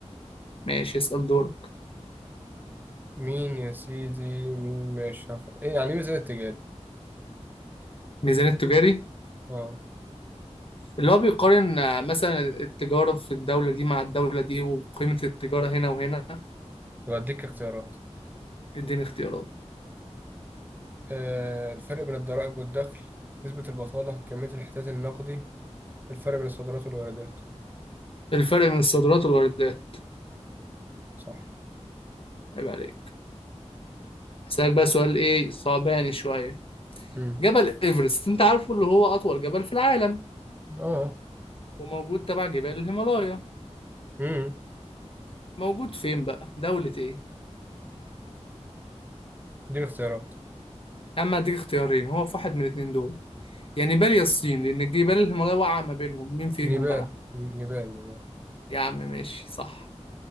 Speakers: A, on the left; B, on the right.
A: ماشي اسأل دورك
B: مين يا سيدي مين ماشي هف- إيه يعني إيه ميزان التجاري؟
A: ميزان التجاري
B: أه
A: اللي هو بيقارن آه، مثلا التجارة في الدولة دي مع الدولة دي وقيمة التجارة هنا وهنا
B: طب أديك اختيارات
A: اديني اختيارات
B: آه الفرق بين الضرائب والدخل نسبة البطالة كمية الاحتياط النقدي الفرق بين الصادرات والواردات
A: الفرق بين الصادرات والواردات
B: صح
A: عيب عليك هسألك بقى سؤال ايه صعباني شوية
B: امم
A: جبل ايفرست انت عارفه اللي هو اطول جبل في العالم
B: أه
A: وموجود تبع جبال الهيمالايا
B: امم
A: موجود فين بقى دولة ايه
B: دي الاختيارات
A: يا عم هديك اختيارين هو في واحد من الاتنين دول يا نيبال يا الصين لأن الجبال الهيمالايا واقعة ما بينهم مين فيهم
B: نيبال
A: بقى؟
B: نيبال نيبال
A: يا عم ماشي صح